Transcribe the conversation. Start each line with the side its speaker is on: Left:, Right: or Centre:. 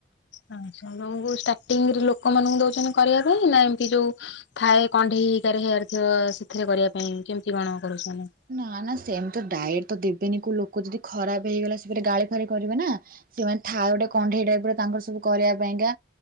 Left: ଆଛା ତମ ଷ୍ଟାର୍ଟିଙ୍ଗରେ ଲୋକମାନାନଙ୍କୁ ଦଉଛନ୍ତି କରିବା ପାଇଁ ନା ଏମତି ଯୋଉ ଥାଏ କଣ୍ଢେଇ ହେଇକାରେ ହେୟାର ଥିବ ସେଥିରେ କରିବା ପାଇଁ କେମିତି କଣ କରୁଛନ?
Right: ନା ନା ସେମିତି ଡାଏଟ ତ ଦେବେନି କୋଉ ଲୋକ ଯଦି ଖରାପ ହେଇଗଲା ସେ ଗାଳି କରିବେ ନା ସେମାନେ ଥାଏ ଗୋଟେ କଣ୍ଢେଇ ଟାଇପରେ ତାଙ୍କର ସବୁ କରିବା ପାଇଁକା